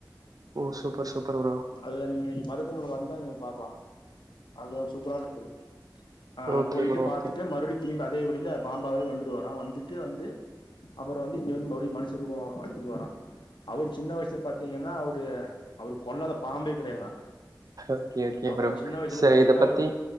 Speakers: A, on the right; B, on the left.
A: ஓ சூப்பர் சூப்பர் ப்ரோ
B: அத நீங்க மருதமல வந்தா நீங்க பாக்கலா அது சூப்பரான கோவில் ஆ
A: ஓகே
B: போயிட்டு
A: ப்ரோ,
B: பாத்துட்டு
A: ஓகே.
B: மறுபடி திரும்பி அதே வழில பாம்பாவே வந்துடுவாரா வந்துட்டு வந்து அப்புறோ வந்து இங்க வந்து மறுபடி மனுஷ ரூபோ எடுத்துக்குவாரா அவரு சின்ன வயசுல பாத்தீங்கன்னா அவரு அவரு கொல்லாத பாம்பே கிடையாதா
A: ஓகே, ஓகே
B: அவரு
A: ப்ரோ.
B: சின்ன வயசுல
A: சரி
B: பாத்தீங்கன்னா
A: இத பத்தி
B: அவரு